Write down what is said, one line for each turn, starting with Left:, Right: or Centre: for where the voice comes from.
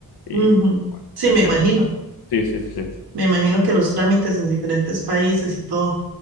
Left: Y
Right: Ujú.
Left: bueno,
Right: Sí,
Left: gracias.
Right: me imagino,
Left: a- Sí, sí, sí.
Right: me imagino que los trámites en diferentes países y todo,